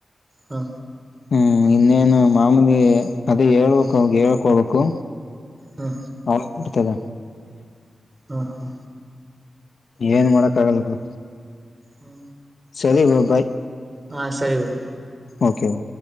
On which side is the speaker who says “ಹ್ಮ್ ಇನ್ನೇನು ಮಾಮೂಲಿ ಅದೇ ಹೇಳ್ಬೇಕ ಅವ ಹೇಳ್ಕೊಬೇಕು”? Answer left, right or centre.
Left